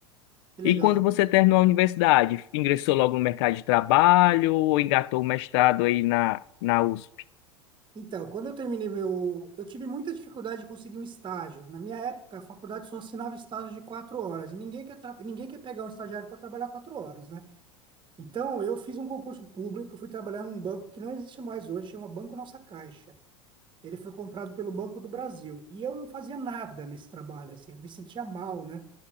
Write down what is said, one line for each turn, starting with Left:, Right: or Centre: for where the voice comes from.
Right: Que legal.
Left: E quando você terminou a universidade, ingressou logo no mercado de trabalho ou engatou o mestrado aí na, na U S
Right: Então, quando eu terminei meu. Eu tive muita dificuldade de conseguir um estágio. Na minha época, a faculdade só assinava estágio de quatro horas. E ninguém quer, tra- ninguém quer pegar um estagiário para trabalhar quatro horas, né? Então, eu fiz um concurso público, eu fui trabalhar num banco que não existe mais hoje, chama Banco Nossa Caixa. Ele foi comprado pelo Banco do Brasil. E eu não fazia nada nesse trabalho, assim, eu me sentia mal, né?